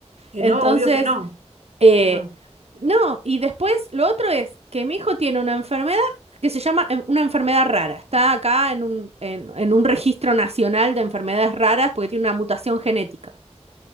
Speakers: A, on the right; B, on the right.
A: Y
B: Entonces,
A: no, obvio que no.
B: eh,
A: No.
B: no, y después lo otro es que mi hijo tiene una enfermedad que se llama en- una enfermedad rara. Está acá en un, en, en un registro nacional de enfermedades raras porque tiene una mutación genética.